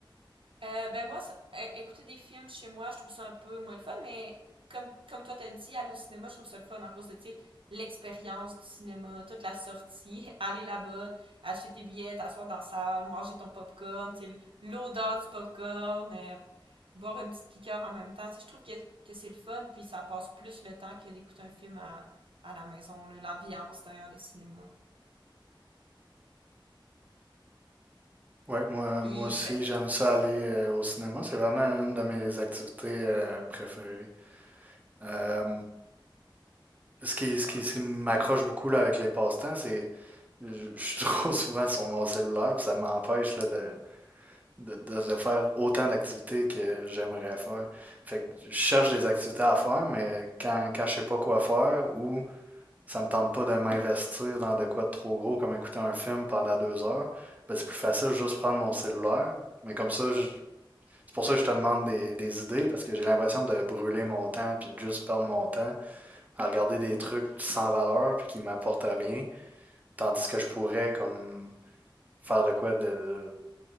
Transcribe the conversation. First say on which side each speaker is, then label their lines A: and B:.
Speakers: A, on the right; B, on the right.
A: Euh, ben moi, ça- é- écouter des films chez moi, je trouve ça un peu moins le fun, mais comme comme toi t'as dit, aller au cinéma, je trouve ça le fun en cause de, tu sais, l'expérience du cinéma, toute la sortie, <laughs> aller là-bas, acheter tes billets, t'asseoir dans la salle, manger ton popcorn, tu sais, l'odeur du popcorn, euh, boire une petite liqueur en même temps. Tu sais, je trouve que, que c'est le fun, puis ça passe plus le temps que d'écouter un film à, à la maison, là, l'ambiance derrière le cinéma.
B: Ouais, moi,
A: Puis,
B: moi aussi,
A: ben,
B: j'aime ça aller euh, au cinéma. C'est vraiment une de mes activités euh, préférées. Euh, Ce qui, ce qui, ce qui m'accroche beaucoup là, avec les passe-temps, c'est je je suis <laughs> trop souvent sur mon cellulaire, puis ça m'empêche là, de, de, de- de faire autant d'activités que j'aimerais faire. Fait que je cherche des activités à faire, mais quand, quand je sais pas quoi faire ou ça me tente pas de m'investir dans de quoi de trop gros, comme écouter un film pendant deux heures, ben c'est plus facile de juste prendre mon cellulaire. Mais comme ça, je- c'est pour ça que je te demande des, des idées, parce que j'ai l'impression de brûler mon temps puis de juste perdre mon temps à regarder des trucs sans valeur puis qui m'apportent rien, tandis que je pourrais comme faire de quoi de, de